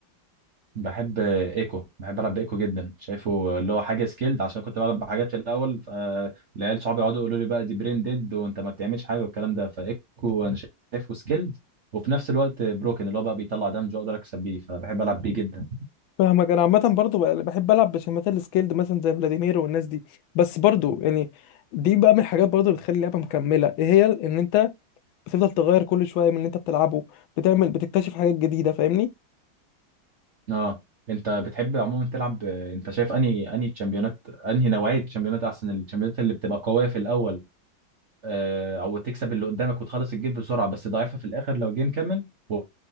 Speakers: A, on the right; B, on the left.
A: بحب ايكو بحب العب بايكو جدا شايفه اللي هو حاجه سكيلد عشان كنت بلعب بحاجات في الاول فالعيال صحابي يقعدوا يقولوا لي بقى دي برين ديد وانت ما بتعملش حاجه والكلام ده فايكو انا شايفه سكيلد وفي نفس الوقت بروكن اللي هو بقى بيطلع دمج واقدر اكسب بيه فبحب العب بيه جدا
B: فاهمك انا عامه برضو بقى- بحب العب بشامبيونات السكيلد مثلا زي فلاديمير والناس دي بس برضو يعني دي بقى من الحاجات برضو اللي بتخلي اللعبه مكمله ايه هي ان انت بتفضل تغير كل شويه من اللي انت بتلعبه بتعمل بتكتشف حاجات جديده فاهمني
A: اه انت بتحب عموما تلعب انت شايف انهي انهي تشامبيونات انهي نوعيه تشامبيونات احسن التشامبيونات اللي بتبقى قويه في الاول آه، او تكسب اللي قدامك وتخلص الجيم بسرعه بس ضعيفه في الاخر لو جيم كمل و-